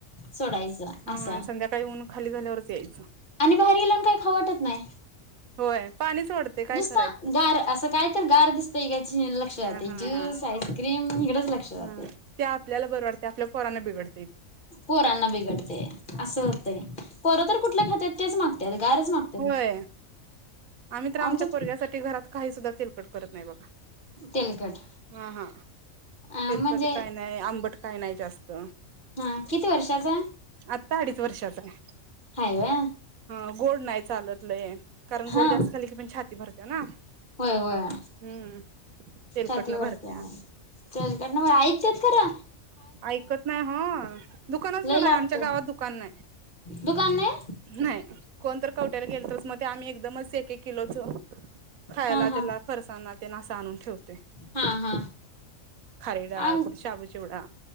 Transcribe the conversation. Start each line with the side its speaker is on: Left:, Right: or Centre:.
Left: सोडायचं
Right: हा
Left: असं
Right: हा
Left: आहे
Right: संध्याकाळी ऊन खाली झाल्यावरच यायचं.
Left: आणि बाहेर गेल्यावन काय खाऊ वाटत नाय
Right: होय पाणी सोडते काय
Left: नुसता
Right: करायचं
Left: गार असं काय तर गार दिसते का याची लक्ष जाते
Right: हा हा
Left: ज्यूस
Right: हा
Left: आइस्क्रीम हीकडेंच लक्ष जाते.
Right: हा ते आपल्याला बर वाटतं आपल्या पोराना बिघड
Left: पोरांना बिघडते असं होतंय पोरं तर कुठल खातात तेच मागतात गारच माग
Right: होय आम्ही तर आमच्या
Left: आमच्यात
Right: पोरग्यासाठी घरात काही सुद्धा तेलकट करत नाही बघा.
Left: तेलकट
Right: हा हा
Left: अ
Right: तेलकट
Left: म्हणजे
Right: काय ना नाय आंबट काय नाय जास्त.
Left: हा किती वर्षाचा?
Right: आत्ता अडीच वर्षाचा आहे.
Left: हाय वे.
Right: ह गोड नाय चालत लंय कारण
Left: हा
Right: गोड जास्त झााले की पण छाती भरते ना.
Left: होय होय
Right: हम्म तेलकट
Left: छातीवरती
Right: ला भरत्या.
Left: आहे. तेलकट ने बरं ऐकतत खरा
Right: ऐकत नाय हां दुकान असलं
Left: लय लागतय.
Right: ना नाय आमच्या गावात दुकान नाय.
Left: दुकान नाही
Right: नाय कोण तर कवट्यायला गेल तरच मग ते आम्ही एकदमच एक एक किलोच खायला
Left: हा हा
Right: त्याला फरसाना तेन अस आणून ठेवतोय
Left: हा हा
Right: खारी डाळ
Left: आम
Right: कुठे शाबू चिवडा.